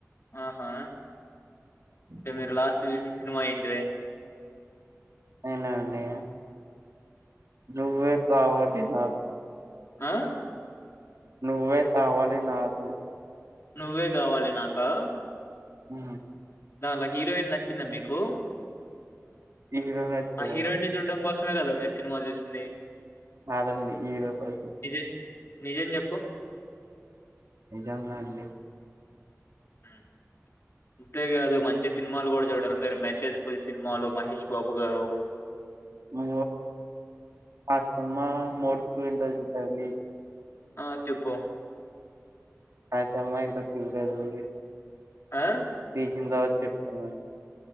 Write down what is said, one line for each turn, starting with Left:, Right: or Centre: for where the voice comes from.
Left: ఆహా అంటే
Right: హ్మ్.
Left: మీరు లాస్ట్ చూసిన సినిమా ఏంటిది.
Right: నేనాఅండి నువ్వే కావాలి నాకు.
Left: ఆ
Right: నువ్వే కావాలి నాకు.
Left: నువ్వే కావాలి నాకా?
Right: హ
Left: దానిట్లో హీరోయిన్ నచ్చింద మీకు
Right: హీరో నచ్చాడండి.
Left: ఆ హీరోయిన్ ని చూడ్డం కోసం ే కదా మీరు సినిమా చూసింది
Right: కాదండి హీరో కోసం
Left: నిజం నిజం చెప్పు
Right: నిజంగా అండి
Left: హ్మ్మ్ అంతేకాదు మంచి సినిమాలు కూడా చూడాలి మీరు మెసేజ్ ఫుల్ సినిమాలు మహేష్ బాబు గారు
Right: మో ఆ సమ్మా మోట్ వింటంటడి
Left: ఆ చెప్పు
Right: అర్థం అయిందా సీరియల్ గుండి
Left: ఆ
Right: తీసిన తర్వాత చెప్తామండి